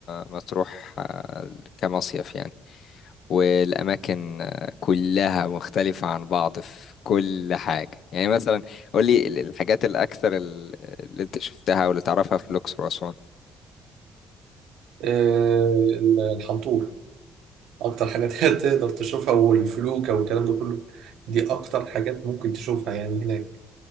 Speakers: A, on the left (about 70°); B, on the right (about 80°).
A: مطروح آه، كمصيف يعني والأماكن آه، كلها مختلفة عن بعض في كل حاجة يعني مثلا قولي ال- الحاجات الأكثر ال- اللي أنت شفتها أو اللي تعرفها في الأقصر وأسوان
B: آه الحنطور اكتر حاجات هي تقدر تشوفها والفلوكة والكلام ده كله دي اكتر حاجات ممكن تشوفها يعني هناك